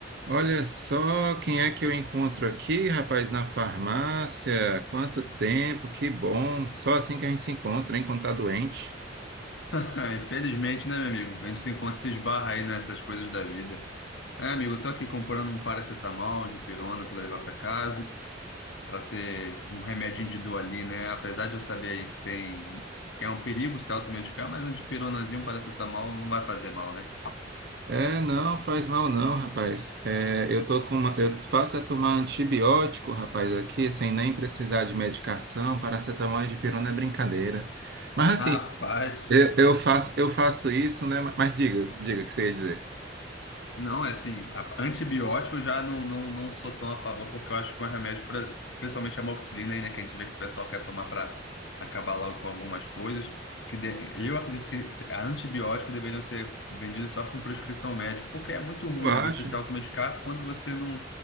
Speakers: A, on the right; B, on the left.
A: Olha só quem é que eu encontro aqui, rapaz, na farmácia. Quanto tempo, que bom. Só assim que a gente se encontra, hein, quando tá doente.
B: Ah, Infelizmente, né, meu amigo? A gente se encontra, se esbarra aí nessas coisas da vida. É, amigo, eu tô aqui comprando um paracetamol de pirona para levar para casa, para ter um remédio de dor ali, né? Apesar de eu saber aí que tem que é um perigo se automedicar, mas um dipironazinho, um paracetamol não vai fazer mal, né?
A: É, não, faz mal não, rapaz. É, eu tô com uma- eu faço é tomar antibiótico, rapaz, aqui, sem nem precisar de medicação. Paracetamol e dipirona é brincadeira. Mas
B: Rapaz,
A: assim, eu, eu faço, eu faço isso, né? Mas diga, diga o que você ia dizer.
B: Não, é assim, a- antibiótico eu já não, não, não sou tão a favor, porque eu acho que é um remédio, pra, principalmente a amoxicilina aí, né, que a gente vê que o pessoal quer tomar para acabar logo com algumas coisas, que de- eu acredito que se- a antibiótico deveriam ser vendidos só com prescrição médica, porque é muito ruim,
A: Tu acha?
B: né, você se automedicar quando você não